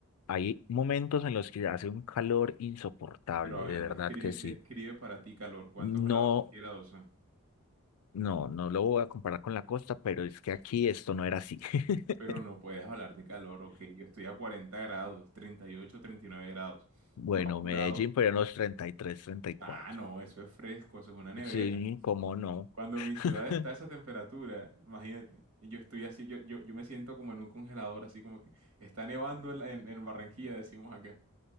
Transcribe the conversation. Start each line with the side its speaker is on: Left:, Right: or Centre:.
Left: hay momentos en los que hace un calor insoportable,
Right: Pero a ver,
Left: de verdad
Right: describe,
Left: que sí.
Right: describe para ti calor. ¿Cuántos
Left: No.
Right: grados centígrados son?
Left: No, no lo voy a comparar con la costa, pero es que aquí esto no era así. <laughs>
Right: Pero no puedes hablar de calor, ok. Yo estoy a 40 grados, treinta treinta y ocho treinta y nueve grados.
Left: Bueno,
Right: Tú apurado.
Left: Medellín, pero en los 33, treinta y cuatro.
Right: Ah, no, eso es fresco, eso es una nevera.
Left: Sí, cómo no.
Right: Cuando
Left: <laughs>
Right: mi ciudad está a esa temperatura, imagínate. Y yo estoy así, yo, yo, yo me siento como en un congelador, así como que está nevando en, la- en en Barranquilla, decimos acá.